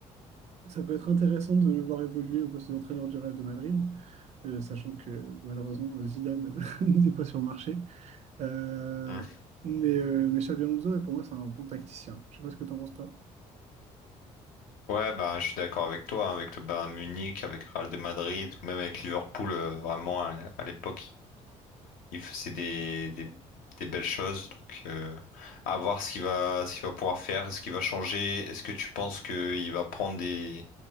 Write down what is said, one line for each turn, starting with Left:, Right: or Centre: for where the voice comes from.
Right: ça peut être intéressant de le voir évoluer au poste d'entraîneur du Real de Madrid, euh, sachant que malheureusement euh, Zidane <laughs> n'était pas sur le marché. Euh,
Left: Hmm.
Right: mais, euh, mais Xabi Alonso, pour moi, c'est un bon tacticien. Je sais pas ce que t'en penses, toi.
Left: Ouais, bah, je suis d'accord avec toi, hein, avec le Bayern de Munich, avec Real de Madrid, ou même avec Liverpool, euh, vraiment à, à l'époque. il f- c'est des, des, des belles choses. Donc, euh, à voir ce qu'il va, ce qu'il va pouvoir faire, ce qu'il va changer. Est-ce que tu penses qu'il va prendre des,